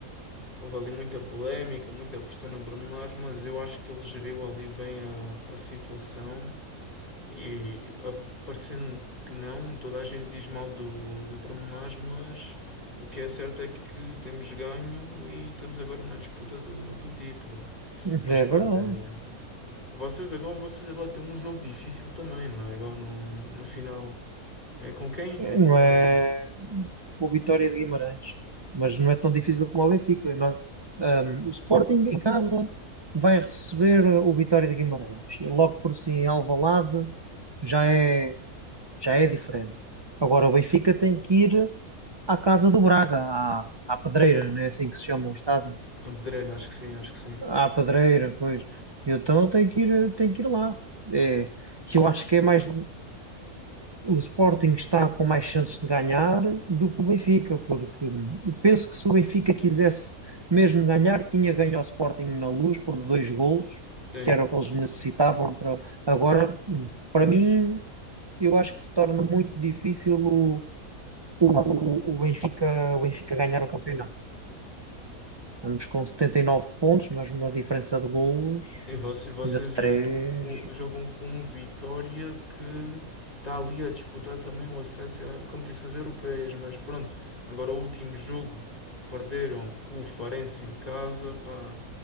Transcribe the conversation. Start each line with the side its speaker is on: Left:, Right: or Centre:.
Left: houve ali muita polémica, muita pressão no Bruno Lage, mas eu acho que ele geriu ali bem a, a situação e a- parecendo que não, toda a gente diz mal do, do Bruno Lage, mas o que é certo é que temos ganho e estamos agora na disputa do, do título.
Right: Mas
Left: Mas
Right: É
Left: pronto,
Right: verdade.
Left: é, vocês agora, vocês agora têm um jogo difícil também, não é? Agora no, no final. É com quem?
Right: É,
Left: É com
Right: Não é
Left: o
Right: o Vitória de Guimarães, mas não é tão difícil como o Benfica. Nós, hum, o Sporting em casa vai receber eh, o Vitória de Guimarães. E Logo por si em Alvalade já é, já é diferente. Agora o Benfica tem que ir à casa do Braga, à, à Pedreira, não é assim que se chama o estádio?
Left: Abdereno, acho que sim, acho que sim.
Right: À Pedreira, coisa. Então tem que ir, tem que ir lá. É, que eu acho que é mais. O Sporting está com mais chances de ganhar do que o Benfica, porque penso que se o Benfica quisesse mesmo ganhar, tinha ganho ao Sporting na Luz por dois golos,
Left: Sim.
Right: que era o que eles necessitavam para agora. Para mim, eu acho que se torna muito difícil o, o, o Benfica, o Benfica ganhar o campeonato. Estamos com 79 pontos, mas uma diferença de golos
Left: E vocês, vocês
Right: ainda de 3
Left: o, o- jogam com um Vitória que está ali a disputar também o acesso a competições europeias, mas pronto, agora o último jogo perderam com o Farense em casa, pá,